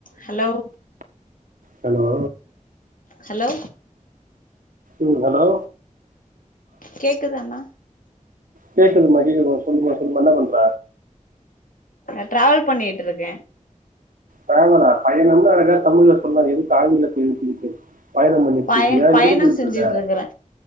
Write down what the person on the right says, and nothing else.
hello
ம் hello
கேக்குதுமா கேக்குதுமா சொல்லுமா சொல்லுமா என்ன பண்ற
ட்ராவலா பயணம்னு அழகா தமிழ்ல சொல்லே எதுக்கு ஆங்கிலத்தில் சொல்லிட்டு பயணம் பண்ணிட்ருக்கியா
எங்க போயிட்டுருக்க